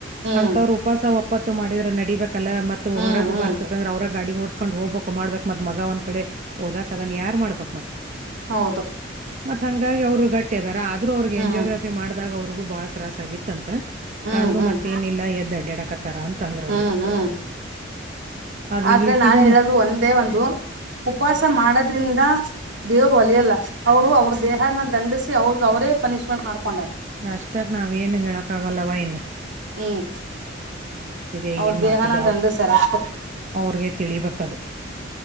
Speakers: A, on the right; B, on the right.
A: ಹ್ಮ್
B: ಅಂತವರು ಉಪವಾಸ ಒಪ್ಪತ್ತು ಮಾಡಿದ್ರ ನಡಿಬೇಕಲ್ಲ ಮತ್ತ
A: ಹ್ಮ್
B: ಹೊರಗ್
A: ಹ್ಮ್
B: ಬರ್ತತ ಅಂದ್ರೆ ಅವ್ರ ಗಡಿ ಓಡ್ ಕಕೊಂಡ್ ಹೋಗ್ಬೇಕ್ ಮಾಡ್ಬೇಕಕ್ ಮತ್ ಮಗ ಒಂದ್ ಕಡೆ ಓದಾಕ್ ಅದನೆ ಯಾರ್ ಮಾಡ್ಬೇಕ್ ಮತ್ತೆ
A: ಹೌದು
B: ಮತ್ತ ಹಂಗಾಗಿ ಅವರು ಗಟ್ಟಿಗದಾರ ಆದ್ರೂ ಅವ್ರಿಗೆ
A: ಹ್ಮ್
B: ಅಂಜೋಗ್ರಫಿ ಮಾಡ್ದಾಗ ಅವ್ರಿಗೂ ಬಾಳ ತ್ರಾಸ ಆಗಿತ್ತ ಅಂತ
A: ಹ್ಮ್
B: ಆದ್ರರು
A: ಹ್ಮ್
B: ಮತ್ತೇನಿಲ್ಲ ಎದ್ ಅಡ್ಡ್ಯಾಡಕತಾರ ಅಂತ ಅಂದ್ರ
A: ಹ್ಮ್
B: ಅವ್ರು
A: ಹ್ಮ್
B: ಆದ್ರ
A: ಆದ್ರೆ
B: ಈಕಿದನು
A: ನಾನ್ ಹೇಳದು ಒಂದೇ ಒಂದು ಉಪವಾಸ ಮಾಡದ್ರಿಂದ ದೇವ್ರು ವಲಿಯಲ್ಲ ಅವ್ರು ಅವ್ರ ದೇಹನ ದಂಡಿಸಿ ಅವ್ರಗ್ ಅವರೇ ಪನಿಶ್ಮೆಂಟ್ ಮಾಡ್ಕೊಂಡ
B: ಅಷ್ಟ ನಾವೇನು ಹೇಳಕ್ಕಾಗಲ್ಲವ ಇನ್
A: ಹ್ಮ್
B: ನಾವ್ ಏನ್ ಹೇಳ್ತಿದ್ದೆ
A: ಅವ್ರ
B: ಏನ್ ಮಾಡ್ತಿದ್ದೆ
A: ದೇಹನ
B: ಅವ್ರ.
A: ದಂಡಸ್ಯಾರ ಅಷ್ಟೆ
B: ಅವ್ರಿಗೆ ತಿಳಿಬೇಕದು